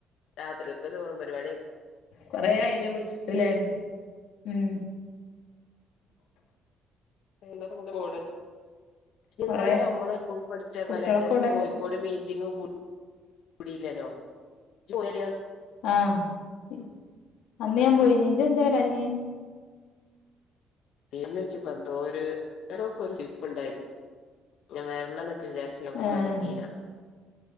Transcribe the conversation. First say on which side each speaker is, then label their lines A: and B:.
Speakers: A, on the left (about 70°); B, on the left (about 90°).
A: രാത്രിക്കേക്ക് ചോറും പരിപാടിയെ
B: കൊറേ ആയിലേ വിളിച്ച്ട്ട്ല്ലേ ഉം
A: എന്താപ്പം <unintelligible> ഇന്നാളെ
B: കൊറെ
A: നമ്മളെ സ്കൂൾ പഠിച്ച ഇബലൊക്കെ
B: കുട്ടികളൊക്കെവിടെ
A: കോഴിക്കോട് മീറ്റിംഗ് കൂ കൂടില്ലേല്ലോ ഇജ്ജ് പോയെ
B: ആഹ് ഇ അന്ന്
A: ആ
B: ഞാൻ പോയിനി ഇജ്ജന്തേ വരാഞ്ഞ്
A: പിന്നെച്ച്പ്പൊ എന്തോര് ഏടോക്കൊര് സുയിപ്പ് ഇണ്ടായി ഞാൻ വെരണന്നൊക്കെ വിചാരിച്ച് അഫം
B: ഏഹ്
A: നട്ന്നീലാ